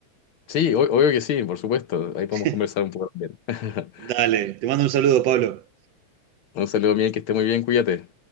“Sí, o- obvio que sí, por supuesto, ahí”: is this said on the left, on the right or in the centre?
Left